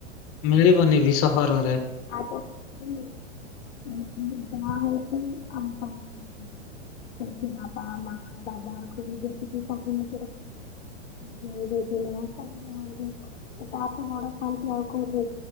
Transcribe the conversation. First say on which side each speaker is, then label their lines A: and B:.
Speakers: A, on the left; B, on the left.
A: ମିଳିବନି ବି ସହରରେ।
B: ଆ ଯା ହଉଛି ହଉ ଆମ କାମ ଆଗ ସେ ଫ ବାପା, ମା, ଦାଦା, ଖୁଡ଼ି ଯେତିକି ସବୁ ନିଜର <unintelligible> <unintelligible> ତା ଠୁ ବଡ଼ ଶାନ୍ତି ଆଉ କୋଉଠି